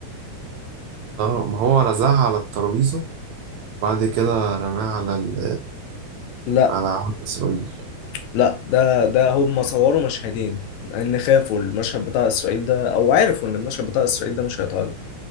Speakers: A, on the right; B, on the left.
A: آه ما هو رزعها على الترابيزة وبعد كده رماها على ال...
B: لا
A: على علم إسرائيل
B: لا ده ده هم صوروا مشهدين ان خافوا المشهد بتاع اسرائيل ده او عرفوا ان المشهد بتاع اسرائيل ده مش هيتعرض